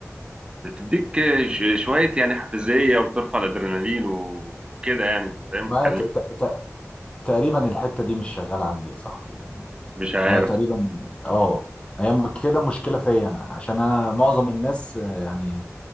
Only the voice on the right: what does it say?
بتديك آه، ش- شوية يعني حافزية وبترفع الادرينالين و- وكده يعني انت فاهم
بتخليك
مش عارف